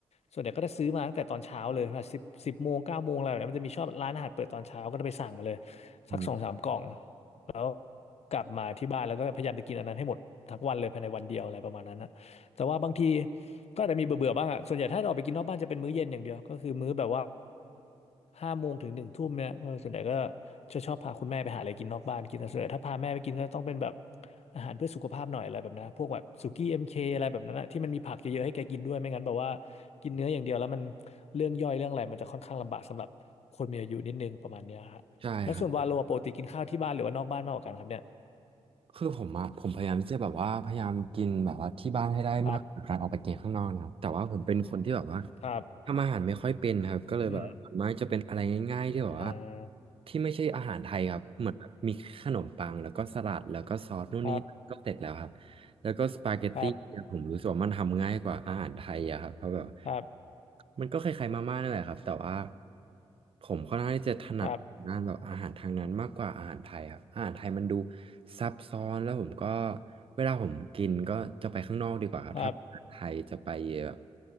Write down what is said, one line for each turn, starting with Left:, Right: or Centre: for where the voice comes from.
Left: ส่วนใหญ่ก็จะซื้อมาตั้งแต่ตอนเช้าเลยแบบสิบสิบโมงเก้าโมงอะไรแบบเนี้ยมันจะมีชอบร้านอาหารเปิดตอนเช้าก็จะไปสั่งมาเลย
Right: อืม
Left: สักสองสามกล่องแล้วกลับมาที่บ้านแล้วก็พยายามจะกินอันนั้นให้หมดทั้งวันเลยภายในวันเดียวอะไรประมาณนั้นนะแต่ว่าบางทีก็อาจจะมีเบื่อๆบ้างอ่ะส่วนใหญ่ถ้าเราออกไปกินนอกบ้านจะเป็นมื้อเย็นอย่างเดียวก็คือมื้อแบบว่าห้าโมงถึงหนึ่งทุ่มเนี่ยเออส่วนใหญ่ก็จะชอบพาคุณแม่ไปหาอะไรกินนอกบ้านกินนะส่วนใหญ่ถ้าพาแม่ไปกินก็ต้องเป็นแบบอาหารเพื่อสุขภาพหน่อยอะไรแบบนั้นพวกแบบสุกี้เอ็มเคอะไรแบบนั้นนะที่มันมีผักเยอะๆให้แกกินด้วยไม่งั้นแบบว่ากินเนื้ออย่างเดียวแล้วมันเรื่องย่อยเรื่องอะไรมันจะค่อนข้างลำบากสำหรับคนมีอายุนิดนึงประมาณเนี้ยฮะ
Right: ใช่ครับ
Left: แล้วส่วนวาโลปกติกินข้าวที่บ้านหรือว่านอกบ้านมากกว่ากันครับเนี่ย
Right: คือผมอะผมพยายามที่จะแบบว่าพยายามกินแบบว่าที่บ้านให้ได้มากกว่าการออกไปกินข้างนอกนะครับแต่ว่าผมเป็นคนที่แบบว่า
Left: ครับครับ
Right: ทำอาหารไม่ค่อยเป็นครับก็เลยแบบส่วนมากจะเป็นอะไรง่ายๆที่แบบว่า
Left: อืมอ่า
Right: ที่ไม่ใช่อาหารไทยครับเหมือนแบบมีขนมปังแล้วก็สลัดแล้วก็ซอสนู่นนี่ก็เสร็จแล้วครับ
Left: ครับ
Right: แล้วก็สปาเกตตี้เนี่ยผมรู้สึกว่ามันทำง่ายกว่าอาหารไทยอะครับเพราะแบบ
Left: ครับครับ
Right: มันก็คล้ายๆมาม่านั่นแหละครับแต่ว่าผมค่อนข้างที่จะถนัดงานแบบอาหารทางนั้นมากกว่าอาหารไทยครับอาหารไทยมันดู
Left: ครับ
Right: ซับซ้อนแล้วผมก็เวลาผมกินก็จะไปข้างนอกดีกว่าครับถ้าอาหารไทยจะไปแบบ
Left: ครับ